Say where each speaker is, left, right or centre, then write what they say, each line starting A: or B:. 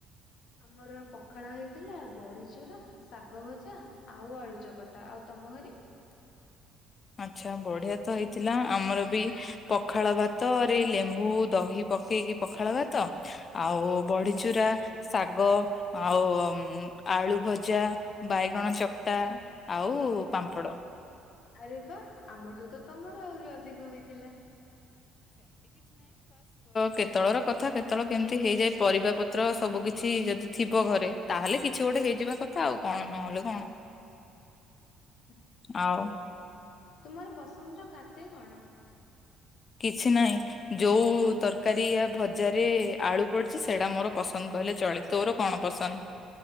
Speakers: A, on the left (about 70°); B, on the left (about 40°).
A: ଆମର ପଖାଳ ହେଇଥିଲା, ବଢି ଚୁରା, ଶାଗ ଭଜା, ଆଉ ଆଳୁଚକଟା ଆଉ ତମ ତମ ଘରେ
B: ଆଛା, ବଢିଆ ତ ହେଇଥିଲା, ଆମର ବି ପଖାଳ ଭାତରେ ଲେମ୍ବୁ, ଦହି ପକେଇକି ପଖାଳ ଭାତ ଆଉ ବଢିଚୁରା, ଶାଗ ଆଉ ଆଳୁ ଭଜା ବାଇଗଣ ଚକଟା ଆଉ ପାମ୍ପଡ।
A: ଆରେ ବାଃ, ଆମଠୁ ତ ତମର ଆହୁରି ଅଧିକ ହେଇଥିଲା।
B: କେତେଳ ର କଥା କେତେଳଳେ କେମିତି ହେଇଯାଏ ପରିବା ପତ୍ର ସବୁ କିଛି କିଛି ଯଦି ଥିବ ଘରେ, ତାହେଲେ କିଛି ଗୋଟେ ହେଇଯିବା କଥା ଆଉ କଣ, ନହେଲେ କଣ
A: <inaudible>
B: ଆଉ
A: ତୁମର ପସନ୍ଦର ଖାଦ୍ୟ କଣ?
B: କିଛି ନହିଁ ଯୋଉ ତରକାରୀ ଭଜାରେ ଆଳୁ ପଡିଛି ସେଟା ମୋର ପସନ୍ଦ କହେ ଚଳେ, ତୋର କଣ ପସନ୍ଦ?